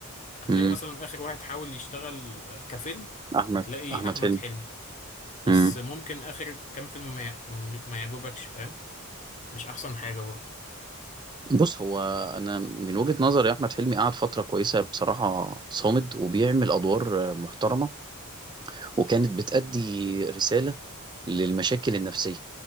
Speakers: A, on the left (about 35°); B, on the right (about 20°).
A: هتلاقي
B: امم
A: مثلا اخر واحد حاول يشتغل كفيلم
B: احمد
A: هتلاقي
B: احمد
A: احمد
B: حلمي
A: حلمي بس
B: امم
A: ممكن آخر كام فيلم ما, ي- م- ما يعجبكش فاهم مش أحسن حاجة برضه
B: بُص، هو أنا من وجهة نظري أحمد حلمي قعد فترة كويسة بصراحة صامد، وبيعمل أدوار محترمة، وكانت بتأدي رسالة للمشاكل النفسية